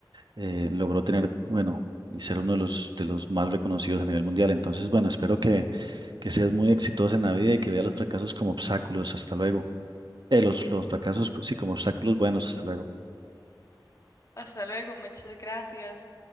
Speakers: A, on the right; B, on the left.
A: eh, logró tener, bueno, y ser uno de los, de los más reconocidos a nivel mundial. Entonces, bueno, espero que, que seas muy exitosa en la vida y que veas los fracasos como obstáculos. Hasta luego. Eh, los, los fracasos, sí, como obstáculos buenos. Hasta luego.
B: Hasta luego, muchas gracias.